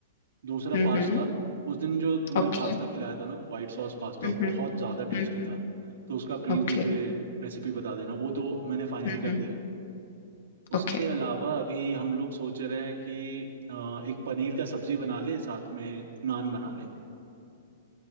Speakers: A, on the right; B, on the left.
A: दूसरा
B: हम्म
A: पास्ता
B: हम्म
A: उस दिन जो तुमने
B: ओके
A: पास्ता खिलाया था ना वाइट सॉस पास्ता
B: हम्म हम्म
A: बहुत ज़्यादा टेस्टी
B: हम्म हम्म,
A: था तो उसका प्लीज़
B: ओके
A: मुझे रेसिपी बता देना वो तो मैंने फाइनल
B: हम्म
A: कर
B: हम्म
A: दिया है उसके
B: ओके
A: अलावा अभी हम लोग सोच रहे हैं कि अ, एक पनीर का सब्जी बना ले साथ में नान बना ले